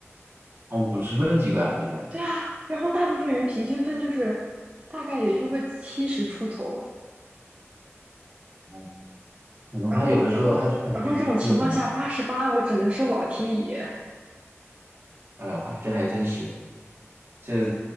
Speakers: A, on the right; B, on the right.
A: 啊，五十分几个啊这边。
B: 对啊，然后大部分人平均分就是大概也就个七十出头。
A: 嗯，可能他有的时候他卷子也会出的很难，
B: 然后，然后，然后这种情况下，八十八，我只能说老天爷
A: 哎呦，还这还真是。这